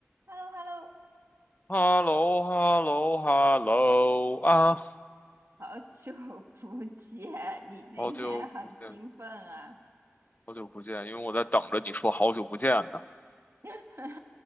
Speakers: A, on the right (about 65°); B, on the left (about 35°).
A: h e l l o h e l l o
B: h e l l o h e l l o h e l l o 啊，
A: 好久不见，你今天很兴奋啊！
B: 好久不见，好久不见，因为我在等着你说好久不见呢，
A: <laughs>